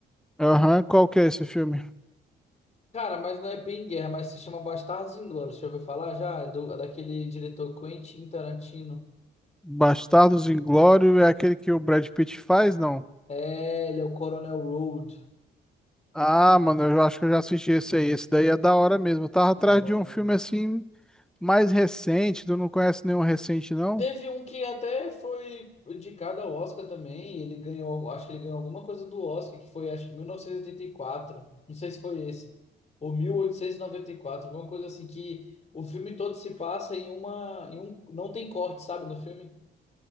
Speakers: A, in the centre; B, on the left.
A: Aham, qual que é esse filme?
B: Cara, mas não é bem guerra, mas se chama Bastardos Inglórios. Já ouviu falar já É do, daquele diretor Quentin Tarantino?
A: Bastardos Inglórios é aquele que o Brad Pitt faz, não?
B: É, ele é o Coronel Road.
A: Ah, mano, eu acho que eu já assisti esse aí. Esse daí é da hora mesmo. Eu tava atrás
B: É bom,
A: de um
B: né?
A: filme assim Mais recente, tu não conhece nenhum recente, não?
B: Teve um que até foi indicado ao Oscar também, e ele ganhou, acho que ele ganhou alguma coisa do Oscar, que foi acho que mil novecentos e e oitenta e quatro não sei se foi esse, ou mil oitocentos e e noventa e quatro alguma coisa assim, que o filme todo se passa em uma, em um, não tem corte, sabe, no filme?